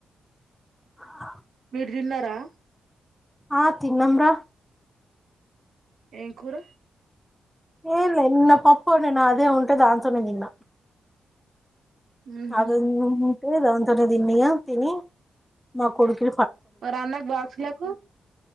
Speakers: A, in the centre; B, on the right.
A: ఆ
B: మీరు తిన్నారా
A: ఆఠ తినమరా
B: ఏ కూర
A: ఏ లే ఇన్న పాప్పు ఉన్న నా అదే ఉంట దాసున్నందిన్న
B: హుహు.
A: అద ఉంతదా ఉ తిన్న తిని మా కొడుకు
B: మరి అన్నకు బాక్సులకు